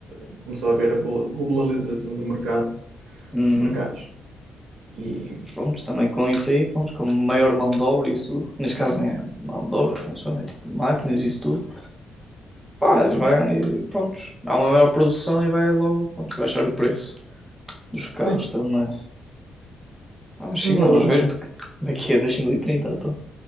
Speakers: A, on the right (about 85°); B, in the centre.
A: eh, começou a haver a glo- globalização do mercado,
B: Uhum.
A: dos mercados. E
B: Mas Pronto, também com isso aí, pronto, com maior mão de obra e isso tudo. Neste caso é mão de obra, não sei, é tipo máquinas e isso tudo. Pá, vai, pronto, há uma maior produção e vai logo, pronto, baixar o preço dos carros
A: sim,
B: também. Vamos
A: vamos
B: sim, vamos
A: aguardar.
B: ver que- daqui a 2030, então.